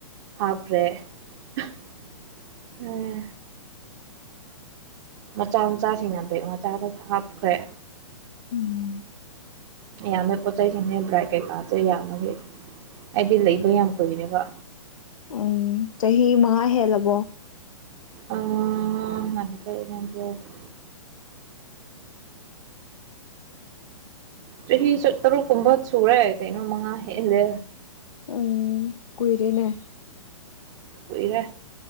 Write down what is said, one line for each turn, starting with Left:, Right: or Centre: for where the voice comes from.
Right: ꯍꯥꯞꯈ꯭ꯔꯦ ꯑꯍ ꯑꯦ ꯃꯆꯥ ꯃꯆꯥꯁꯤꯡꯅ ꯕꯦꯛ ꯃꯆꯥꯗ ꯍꯥꯞꯈ꯭ꯔꯦ
Left: ꯎꯝ
Right: ꯌꯥꯝꯃꯦ ꯄꯣꯠ ꯆꯩ ꯁꯤꯡꯖꯦ ꯕ꯭ꯔꯥꯏꯗ ꯀꯩ ꯀꯥꯥꯁꯦ ꯌꯥꯝꯕꯒꯤ ꯑꯩꯗꯤ ꯂꯩꯕ ꯌꯥꯝ ꯀꯨꯏꯔꯦꯕ
Left: ꯎꯝ ꯆꯍꯤ ꯃꯉꯥ ꯍꯦꯜꯂꯕꯣ
Right: ꯑꯥ ꯉꯥꯏꯈꯣ ꯑꯩꯠ ꯅꯥꯏꯟ ꯇ꯭ꯋꯦꯜꯐ ꯆꯍꯤꯁꯨ ꯇꯔꯨꯛ ꯀꯨꯝꯕ ꯁꯨꯔꯦ ꯀꯩꯅꯣ ꯃꯉꯥ ꯍꯦꯜꯂꯦ
Left: ꯎꯝ ꯀꯨꯏꯔꯦꯅꯦ
Right: ꯀꯨꯏꯔꯦ